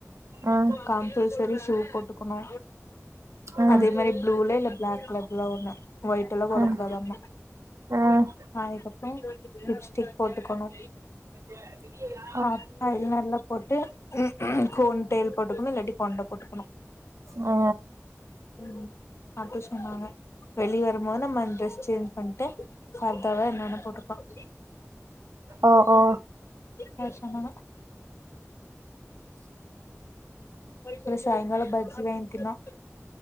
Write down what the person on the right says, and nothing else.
ஆ
ம்
ம் ம்
இல்ல <unintelligible>
ஓ
ஒ ஓ